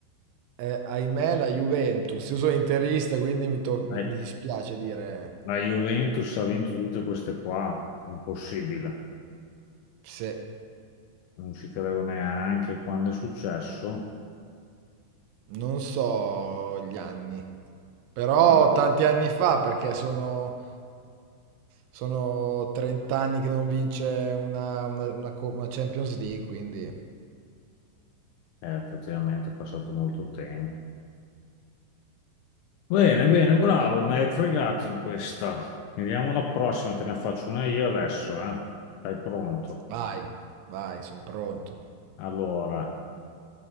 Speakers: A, on the right; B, on the left.
A: eh, ahimè, la Juventus. Io sono interista, quindi mi, to- mi-
B: Eh,
A: mi dispiace dire
B: La Juventus ha vinto tutte queste qua, impossibile.
A: se
B: Non ci credo neanche quando è successo.
A: non so gli anni. Però Mm. tanti anni fa, perché sono, sono 30 anni che non vince una, una- una co- una Champions League, quindi
B: Eh, effettivamente è passato molto tempo. Bene, bene, bravo, mi hai fregato in questa. Vediamo la prossima, te ne faccio una io adesso, eh. Sei pronto?
A: vai, vai, sono pronto.
B: Allora,